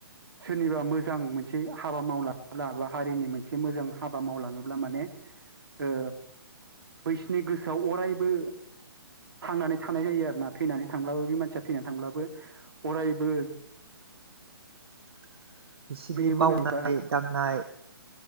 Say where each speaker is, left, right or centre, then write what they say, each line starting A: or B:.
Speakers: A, on the right; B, on the right.
A: सोरनिबा मोजां मोनसे हाबा मावलाङोब्ला बा हारिनि मोनसे मोजां हाबा मावलाङोब्ला माने ओ बैसोनि गोसोआव अरायबो थांनानै थानाय जायो आरोना थैनानै थांब्लाबो बे मानसिया थैनानै थांब्लाबो अरायबो
B: <inaudible> बिसिनि
A: बयनिबो
B: मावनाय-
A: नैबा
B: दांनाय